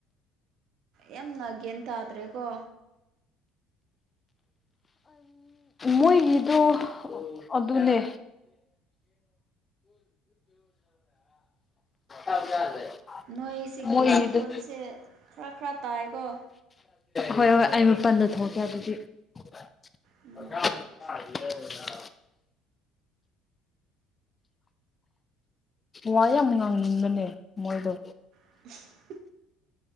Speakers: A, on the right; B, on the left.
A: ꯌꯥꯝꯅ ꯒ꯭ꯌꯥꯟ ꯇꯥꯗ꯭ꯔꯦꯀꯣ
B: ꯃꯣꯏꯒꯤꯗꯣ ꯑꯗꯨꯅꯦ <inaudible>
A: ꯅꯣꯏꯁꯤꯒꯤ
B: ꯃꯣꯏꯒꯤꯗꯣ
A: ꯃꯈꯣꯟꯁꯦ ꯈꯔ ꯈꯔ ꯇꯥꯏꯀꯣ
B: ꯍꯣꯏ ꯍꯣꯏ ꯑꯩ ꯃꯄꯥꯟꯗ ꯊꯣꯛꯀꯦ ꯑꯗꯨꯗꯤ ꯑ
A: ꯎꯝ
B: <unintelligible> ꯋꯥ ꯌꯥꯝ ꯉꯥꯡꯅꯤꯡꯕꯅꯦ ꯃꯣꯏꯗꯣ
A: ꯍ <inaudible>